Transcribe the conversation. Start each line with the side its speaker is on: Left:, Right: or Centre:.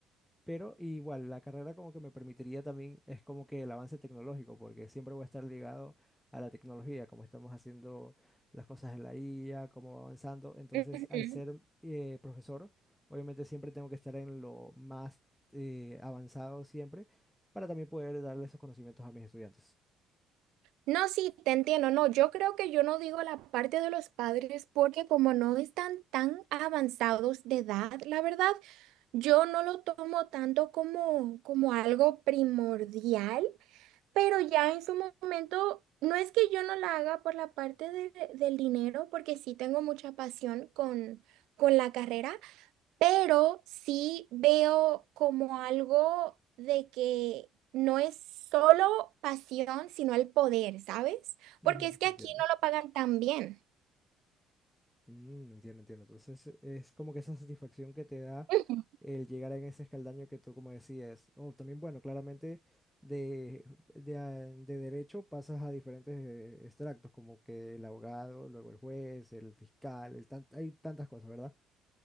Centre: Pero igual, la carrera como que me permitiría también, es como que el avance tecnológico, porque siempre voy a estar ligado a la tecnología, como estamos haciendo las cosas en la IA, cómo va avanzando. Entonces,
Right: Ujú.
Centre: al ser eh, profesor, obviamente siempre tengo que estar en lo más eh, avanzado siempre, para también poder darle esos conocimientos a mis estudiantes.
Right: No, sí, te entiendo. No, yo creo que yo no digo la parte de los padres porque como no están tan avanzados de edad, la verdad, yo no lo tomo tanto como, como algo primordial. Pero ya en su momento, no es que yo no la haga por la parte de- de- del dinero, porque sí tengo mucha pasión con, con la carrera, pero sí veo como algo de que no es solo pasión, sino el poder, ¿sabes?
Centre: Ujú,
Right: Porque es que
Centre: te
Right: aquí
Centre: entiendo.
Right: no lo pagan tan bien.
Centre: Mm, entiendo, entiendo. Entonces, es como que esa satisfacción que te da
Right: Ujú.
Centre: el llegar en ese escaldaño que tú como decías. O también, bueno, claramente de, de, a- de derecho pasas a diferentes eh, extractos, como que el abogado, luego el juez, el fiscal, el tan- hay tantas cosas, ¿verdad?